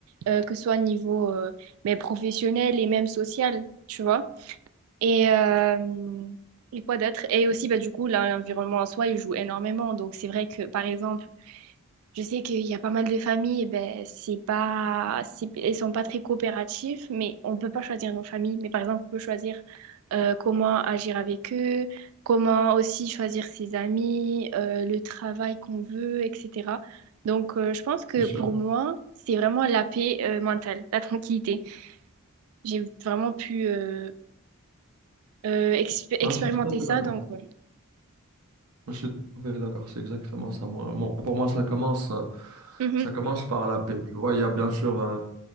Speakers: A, on the right; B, on the right.
A: euh, que ce soit au niveau euh, ben, professionnel et même social, tu vois. Et, euh, et quoi d'autre? Et aussi, bah, du coup, là, l'environnement en soi, il joue énormément. Donc, c'est vrai que, par exemple, je sais qu'il y a pas mal de familles, ben, c'est pas, c'est- elles sont pas très coopératives, mais on peut pas choisir nos familles. Mais par exemple, on peut choisir euh, comment agir avec eux, comment aussi choisir ses amis, euh, le travail qu'on veut, etc. Donc, euh, je pense que
B: C'est sûr.
A: pour moi, c'est vraiment la paix euh, mentale, la tranquillité. J'ai vraiment pu euh, euh, exp- expérimenter
B: Non, je suis tout à fait
A: ça,
B: d'accord.
A: donc ouais.
B: Je suis tout à fait d'accord, c'est exactement ça. Moi, moi- pour moi, ça commence, euh,
A: Mhm.
B: ça commence par la paix. Tu vois, il y a bien sûr, euh,